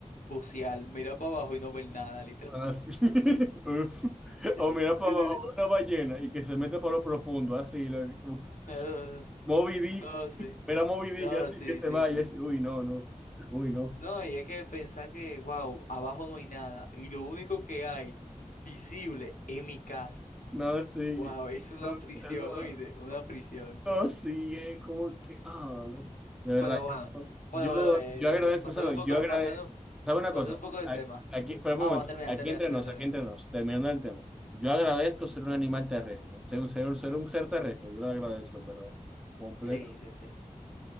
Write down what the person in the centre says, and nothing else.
Así. <laughs> Uf. O
mira para
abajo
una ballena y que se mete para lo profundo, así. la- Uf.
Moby Dick.
Mira Moby Dick,
así
que se
vaya.
así. Uy, no, no. Uy, no.
No, sí.
No,
no,
no, sí, eh, como que. ah, de de verdad.
Yo,
yo agradezco,
¿sabes?
Yo agradezco.
¿Sabe una
cosa?
A-
Aquí, por un
momento.
Aquí
entre
nos,
aquí entre nos. Terminando el tema. Yo agradezco ser un animal terrestre. Ser un ser, ser un ser terrestre. Yo lo agradezco, en verdad. completo